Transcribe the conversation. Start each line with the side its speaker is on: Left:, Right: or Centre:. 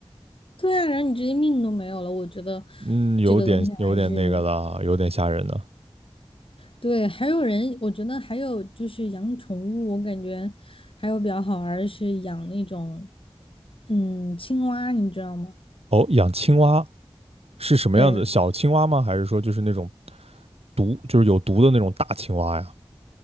Left: 对啊，然后你直接命都没有了。我觉得
Right: 嗯，有点有点那个了，
Left: 这个东西还是
Right: 有点吓人的。
Left: 对。还有人，我觉得还有就是养宠物，我感觉还有比较好玩儿的是养那种嗯青蛙，你知道吗？
Right: 哦，养青蛙是什么样子？
Left: 对，
Right: 小青蛙吗？还是说就是那种毒，就是有毒的那种大青蛙呀？